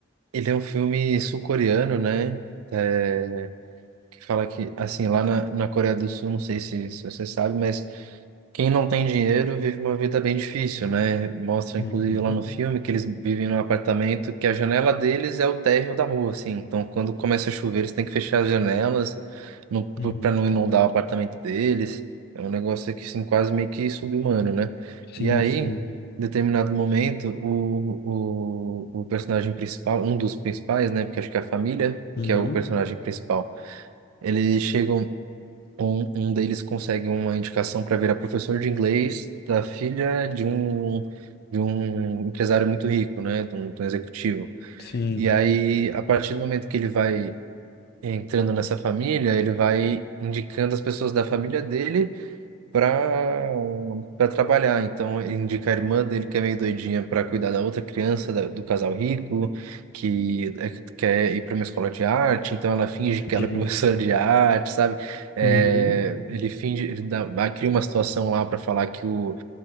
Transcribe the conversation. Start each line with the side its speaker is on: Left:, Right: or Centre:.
Right: Ele é um filme sul-coreano, né? É, que fala que, assim, lá na, na Coreia do Sul, não sei se, se você sabe, mas Quem não tem dinheiro vive uma vida bem difícil, né? Mostra,
Left: Uhum.
Right: inclusive, lá no filme que eles vivem num apartamento que a janela deles é o térreo da rua, assim. Então, quando começa a chover, eles têm que fechar as janelas
Left: Hum,
Right: para não inundar o apartamento deles. É um negócio que, assim, quase meio que sub-humano, né?
Left: Sim,
Right: E aí,
Left: sim.
Right: em determinado momento, o, o, o personagem principal, um dos principais, né? Porque acho que é a família
Left: Uhum,
Right: que é o personagem principal. Eles chegam um, um deles consegue uma indicação para virar professor de inglês da filha de um, de um empresário muito rico, né? De um, de um executivo.
Left: sim,
Right: E aí, a partir do momento que ele vai entrando nessa família, ele vai indicando as pessoas da família dele para para trabalhar. Então, ele indica a irmã dele, que é meio doidinha, para cuidar da outra criança da- do casal rico, que é- que quer ir para uma escola de arte, então ela finge que
Left: entendi.
Right: ela é <laughs> professora de arte, sabe? É,
Left: Uhum,
Right: ele finge, ele dá, vai- cria uma situação lá para falar que o